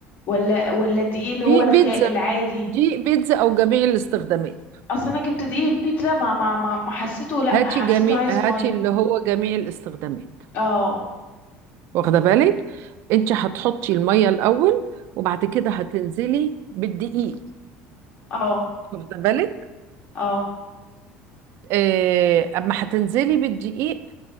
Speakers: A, on the left; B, on the right.
A: ولا ولا الدقيق اللي
B: دي
A: هو الخ...
B: بيتزا
A: العادي
B: دي بيتزا او جميع الاستخدامات
A: أصل أنا جبت دقيق البيتزا ما ما ما ما حسيته لأ
B: هاتي
A: حسيته
B: جميع
A: عايز
B: هاتي
A: مية
B: اللي هو جميع الاستخدامات
A: اه
B: واخده بالك انت هتحطي المية الاول وبعد كده هتنزلي بالدقيق
A: اه
B: واخده بالك
A: اه
B: آه، اما هتنزلي بالدقيق